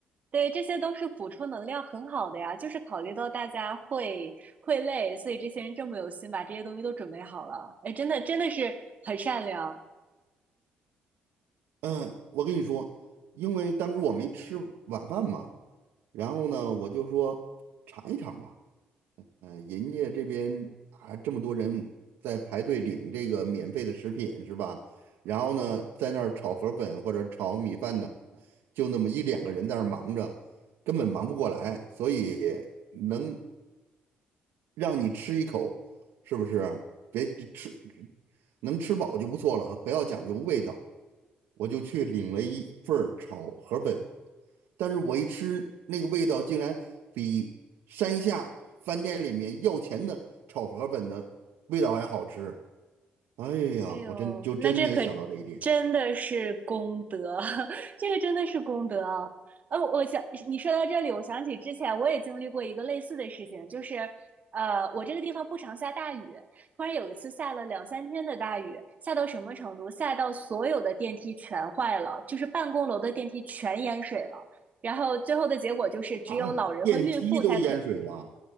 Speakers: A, on the right (about 45°); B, on the right (about 80°).
A: 对，这些都是补充能量很好的呀。就是考虑到大家会会累，所以这些人这么有心，把这些东西都准备好了。哎，真的真的是很善良。
B: 嗯，我跟你说，因为当时我没吃晚饭嘛，然后呢，我就说尝一尝吧。呃，人家这边啊，这么多人在排队领这个免费的食品是吧？然后呢，在那儿炒河粉或者炒米饭呢，就那么一两个人在那儿忙着，根本忙不过来，所以能让你吃一口，是不是？别吃，能吃饱就不错了，不要讲究味道。我就去领了一份儿炒河粉，但是我一吃那个味道竟然比山下饭店里面要钱的炒河粉的味道还好吃。哎呀，
A: 哎呦，
B: 我真就真没有想到这一点
A: 那这可真的是功德，<laughs> 这个真的是功德啊！呃，我想你说到这里，我想起之前我也经历过一个类似的事情，就是呃，我这个地方不常下大雨，突然有一次下了两三天的大雨，下到什么程度？下到所有的电梯全坏了，就是办公楼的电梯全淹水了。然后最后的结果就是，只有老人和孕妇才可
B: 啊！电梯都淹水了，